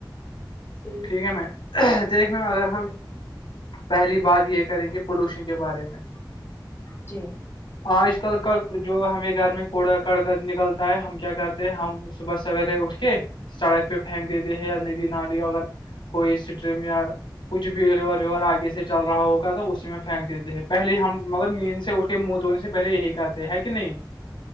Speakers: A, on the left; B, on the left.
A: جی
B: ٹھیک ہے میں دیکھ میں اگر
A: جی
B: ہم پہلی بات یہ کریں گے پولوشن کے بارے میں
A: جی
B: آج کل کا جو ہمیں گھر میں کوڑا کڑک نکلتا ہے ہم کیا کرتے ہیں ہم صبح سویرے اٹھ کے سڑک پہ پھینک دیتے ہیں یا ندی نالی اگر کوئی سٹری میاں کچھ بھی ریور ویور آگے سے چل رہا ہوگا تو اسی میں پھینک دیتے ہیں پہلے ہم مطلب نیند سے اٹھ منہ دھونے سے پہلے یہی کرتے ہیں کہ نہیں